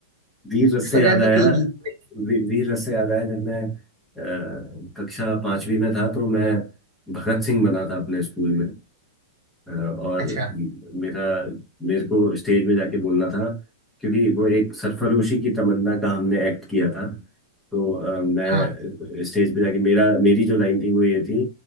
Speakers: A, in the centre; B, on the right.
A: वीर रस
B: इस
A: से
B: प्रकार
A: याद आया
B: के कई गीत होते
A: वी, वीर रस से याद आया जब मैं अ, कक्षा पांचवी में था तो मैं भगत सिंह बना था अपने स्कूल में और
B: हैं अच्छा
A: मेरा मेरे को स्टेज पे जाके बोलना था क्योंकि वो एक सरफरोशी की तमन्ना का हमने एक्ट किया था तो अ, मैं
B: हाँ
A: स्टेज पे जाके मेरा मेरी जो लाइन थी वो ये थी